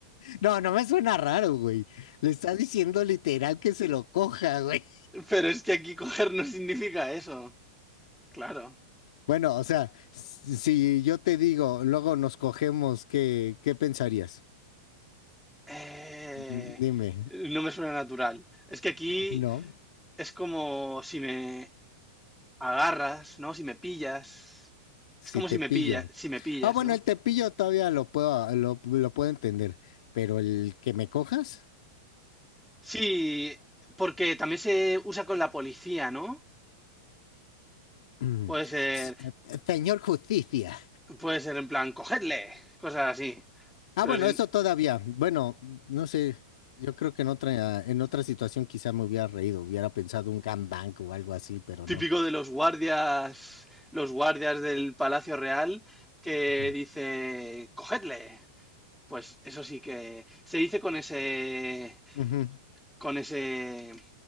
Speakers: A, on the left; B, in the centre.
A: No, no me suena raro, güey. Le está diciendo literal que se lo coja, güey.
B: Pero es que aquí coger no significa eso. Claro.
A: Bueno, o sea, si yo te digo, luego nos cogemos, ¿qué, qué pensarías?
B: Eh,
A: Dime,
B: no me suena natural. Es que aquí
A: no,
B: es como si me agarras, ¿no? Si me pillas.
A: si
B: Es como
A: te
B: si me
A: pillo.
B: pillas, si me pillas,
A: Ah, bueno,
B: ¿no?
A: el tepillo todavía lo puedo, lo, lo puedo entender, pero el que me cojas,
B: Sí, porque también se usa con la policía, ¿no?
A: mm,
B: Puede ser,
A: s- señor justicia.
B: puede ser en plan, cogedle, cosas así.
A: Ah,
B: Pero
A: bueno,
B: si-
A: eso todavía. Bueno, no sé, yo creo que en otra, en otra situación quizá me hubiera reído, hubiera pensado un gangbang o algo así, pero
B: típico
A: no.
B: de los guardias, los guardias del Palacio Real que
A: Ujú.
B: dice, cogedle. Pues eso sí que se dice con ese,
A: Ujú.
B: con ese,